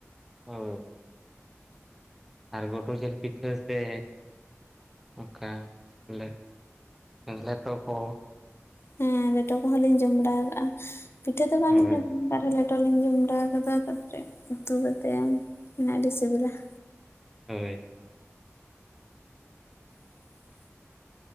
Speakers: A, in the centre; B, on the left.
A: ᱦᱳᱭ ᱾ ᱟᱨ ᱜᱳᱰᱳ ᱡᱮᱹᱞ ᱯᱤᱴᱷᱟᱹ ᱥᱮ ᱚᱱᱠᱟ ᱞᱮᱜ-ᱞᱮᱴᱚ ᱠᱚ
B: ᱦᱮᱸ ᱞᱮᱴᱚ ᱠᱚᱦᱚᱸ ᱞᱤᱧ ᱡᱚᱢ ᱵᱟᱲᱟᱣ ᱠᱟᱜᱼᱟ ᱯᱤᱴᱷᱟᱹ ᱫᱚ ᱵᱟᱝ
A: ᱦᱳᱭ
B: ᱞᱤᱧ ᱡᱚᱢ ᱟᱨᱦᱚᱸ ᱞᱮᱴᱚ ᱞᱤᱧ ᱡᱚᱢ ᱵᱟᱲᱟᱣ ᱟᱠᱟᱫᱟ ᱛᱟᱯᱚᱨᱮ ᱩᱛᱩᱛ ᱠᱟᱛᱮᱢ ᱚᱱᱟ ᱟᱹᱰᱤ ᱥᱮ ᱵᱮᱹᱞᱟ ᱾
A: ᱦᱳᱭ ᱾
B: <inaudible> ᱨᱚᱲ ᱟᱲᱟᱝ ᱫᱚ ᱵᱟᱝ ᱠᱟᱱᱟ ᱾